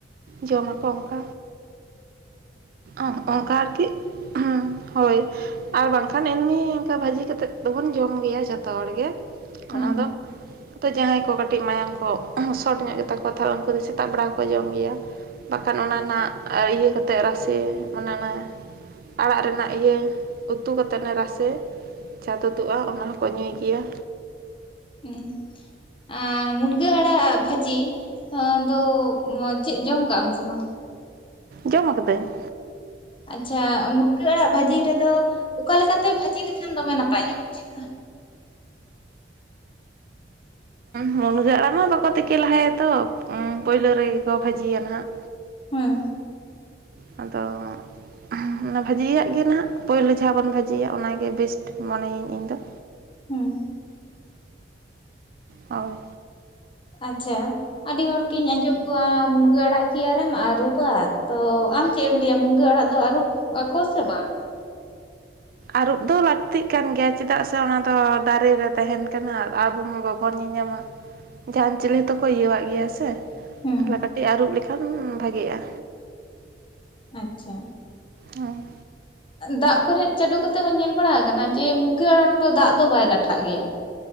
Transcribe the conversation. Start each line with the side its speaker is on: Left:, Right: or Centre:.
Right: ᱡᱚᱢᱟ ᱠᱚ ᱚᱱᱠᱟ। ᱚᱸ ᱚᱱᱠᱟ ᱟᱨᱠᱤ ᱦᱳᱭ। ᱟᱨ ᱵᱟᱝᱠᱷᱟᱱ ᱮᱢᱱᱤ ᱚᱱᱠᱟ ᱵᱷᱟᱹᱡᱤ ᱠᱟᱛᱮᱫ ᱫᱚᱵᱚᱱ ᱡᱚᱢ ᱜᱮᱭᱟ ᱡᱚᱛᱚ ᱦᱚᱲᱜᱮ
Left: ᱟᱪᱪᱷᱟ
Right: ᱚᱱᱟ ᱫᱚ। ᱛᱮ ᱡᱟᱦᱟᱸᱭ ᱠᱚ ᱠᱟᱹᱴᱤᱡ ᱢᱟᱭᱟᱝ ᱠᱚ ᱥᱚᱴ ᱧᱚᱜ ᱜᱮᱛᱟ ᱠᱚᱣᱟ ᱛᱟᱦᱚᱞᱮ ᱩᱱᱠᱩ ᱫᱚ ᱥᱮᱛᱟᱜ ᱵᱮᱲᱟ ᱦᱚᱸᱠᱚ ᱡᱚᱢ ᱜᱮᱭᱟ। ᱵᱟᱠᱷᱟᱱ ᱚᱱᱟ ᱨᱮᱱᱟᱜ ᱤᱭᱟᱹ ᱠᱟᱛᱮᱫ ᱨᱟᱥᱮ ᱥᱮ ᱢᱟᱱᱮ ᱚᱱᱟ ᱟᱲᱟᱜ ᱨᱮᱱᱟᱜ ᱤᱭᱟᱹ ᱩᱛᱩ ᱠᱟᱛᱮᱜ ᱱᱟ ᱨᱟᱥᱮ᱾ ᱪᱟ ᱛᱚᱫᱩᱜᱼᱟ ᱚᱱᱟ ᱦᱚᱸᱠᱚ ᱧᱩᱭ ᱜᱮᱭᱟ।
Left: ᱦᱩᱸ। ᱟᱨ ᱢᱩᱱᱜᱟᱹ ᱟᱲᱟᱜ ᱵᱷᱟᱹᱡᱤ ᱫᱚ ᱪᱮᱫ ᱡᱚᱢ ᱠᱟᱜ ᱟᱢ ᱥᱮ ᱵᱟᱝ?
Right: ᱡᱚᱢ ᱟᱠᱟᱫᱟᱹᱧ᱾
Left: ᱟᱪᱪᱷᱟ ᱢᱩᱱᱜᱟᱹ ᱟᱲᱟᱜ ᱵᱷᱟᱹᱡᱤ ᱨᱮᱫᱚ ᱚᱠᱟ ᱞᱮᱠᱟᱛᱮ ᱵᱷᱟᱹᱡᱤ ᱞᱮᱠᱷᱟᱱ ᱫᱚᱢᱮ ᱱᱟᱯᱟᱭ ᱧᱚᱜ ᱵᱩᱡᱷᱟᱹᱜᱼᱟ? <inaudible>
Right: ᱢᱩᱱᱜᱟᱹ ᱟᱲᱟᱜ ᱢᱟ ᱵᱟᱠᱚ ᱛᱤᱠᱤ ᱞᱟᱦᱟᱭᱟ ᱛᱚ ᱩᱸᱢ ᱯᱳᱭᱞᱳ ᱨᱮᱜᱮ ᱠᱚ ᱵᱷᱟᱹᱡᱤᱭᱟ ᱱᱟᱦᱟᱜ।
Left: ᱦᱮᱸ᱾
Right: ᱟᱫᱚ ᱦᱟᱸᱜ ᱚᱱᱟ ᱵᱷᱟᱹᱡᱤᱭᱟᱜ ᱜᱮ ᱱᱟᱦᱟᱜ ᱯᱳᱭᱞᱳ ᱡᱟᱦᱟᱸ ᱵᱚᱱ ᱵᱷᱟᱹᱡᱤᱭᱟ ᱚᱱᱟᱜᱮ ᱵᱮᱥᱴ ᱢᱚᱱᱮᱭᱟᱹᱧ ᱤᱧ ᱫᱚ।
Left: ᱦᱮᱸ।
Right: ᱦᱳᱭ।
Left: ᱟᱪᱪᱷᱟ ᱟᱹᱰᱤ ᱦᱚᱲᱜᱤᱧ ᱟᱸᱡᱚᱢ ᱠᱚᱣᱟ ᱢᱩᱱᱜᱟᱹ ᱟᱲᱟᱜ ᱠᱤ ᱟᱨᱮᱢ ᱟᱹᱨᱩᱵᱟ ᱛᱚ ᱟᱢ ᱪᱮᱫ ᱮᱢ ᱞᱟᱹᱭᱟ ᱢᱩᱱᱜᱟᱹ ᱟᱲᱟᱜ ᱫᱚ ᱟᱹᱨᱩᱵ ᱟᱠᱚ ᱥᱮ ᱵᱟᱝ?
Right: ᱟᱹᱨᱩᱵ ᱫᱚ ᱞᱟᱹᱠᱛᱤᱜ ᱠᱟᱱ ᱜᱮᱭᱟ ᱪᱮᱫᱟᱜ ᱥᱮ ᱚᱱᱟ ᱫᱚ ᱫᱟᱨᱮ ᱨᱮ ᱛᱟᱦᱮᱸᱱ ᱠᱟᱱᱟ ᱟᱵᱚ ᱢᱟ ᱵᱟᱵ ᱵᱚᱱ ᱧᱮᱧᱟᱢᱟ, ᱡᱟᱦᱟᱱ ᱪᱤᱞᱤ ᱦᱚᱸᱛᱚ ᱠᱚ ᱤᱭᱟᱹᱣᱟᱜ ᱜᱮᱭᱟ ᱥᱮ?
Left: ᱦᱮᱸ
Right: ᱛᱟᱦᱚᱞᱮ ᱠᱟᱹᱴᱤᱡ ᱟᱹᱨᱩᱵ ᱞᱮᱠᱷᱟᱱ ᱵᱷᱟᱜᱮᱜᱼᱟ।
Left: ᱟᱪᱪᱷᱟ᱾
Right: ᱦᱩᱸ᱾
Left: ᱫᱟᱜ ᱠᱚᱨᱮᱫ ᱪᱟᱰᱩ ᱠᱟᱛᱮᱜ ᱦᱚᱸ ᱧᱮᱞ ᱵᱟᱲᱟᱣ ᱟᱠᱟᱱᱟ ᱡᱮ ᱢᱩᱱᱜᱟᱹ ᱟᱲᱟᱜ ᱨᱮᱫᱚ ᱫᱟᱜ ᱫᱚ ᱵᱟᱭ ᱞᱟᱴᱷᱟᱜ ᱜᱮᱭᱟ।